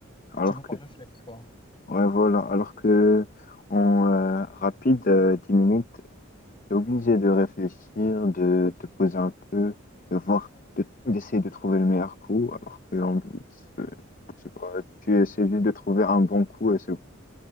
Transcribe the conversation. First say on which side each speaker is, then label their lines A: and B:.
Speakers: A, on the left; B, on the left.
A: alors
B: Tu joues
A: que,
B: par réflexe, quoi.
A: ouais, voilà, alors que en euh, rapide, euh, 10 minutes, tu es obligé de réfléchir, de te poser un peu, de voir, de- d'essayer de trouver le meilleur coup. Alors que en blitz, euh, je sais pas, tu essaies juste de trouver un bon coup et c'est